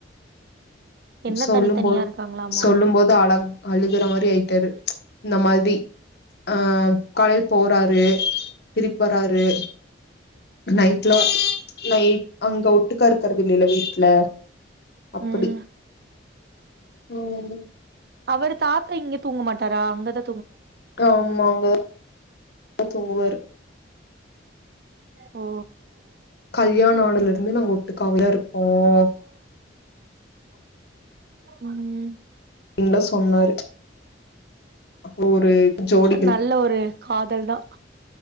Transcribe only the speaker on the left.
சொல்லும்
போ
சொல்லும் போது அழ அழுகுற மாதிரி ஆயிட்டாரு இந்த மாதிரி ஆஹ் காலையில போறாரு திருப்பி வராரு நைட்லாம் நைட் அங்க ஒட்டுக்க இருக்காரு நில வீட்ல அப்டி
உம்
ஆமாங்க தூங்குவாரு
கல்யாண ஆனதுல இருந்து நாங்க ஒட்டுக்காவே இருக்கோம்
இன்ன சொன்னாரு அப்ப ஒரு ஜோடிகள்